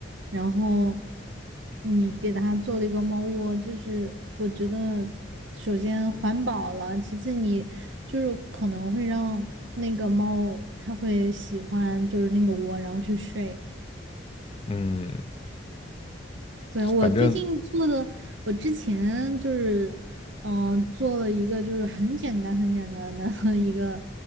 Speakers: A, on the right (about 70°); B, on the left (about 30°).
A: 然后你给它做了一个猫窝，就是我觉得首先环保了，其次你就是可能会让那个猫它会喜欢就是那个窝，然后去睡，
B: 嗯，
A: 对，我最近做的，
B: 反正
A: 我之前就是，嗯、做了一个就是很简单很简单的 <laughs> 一个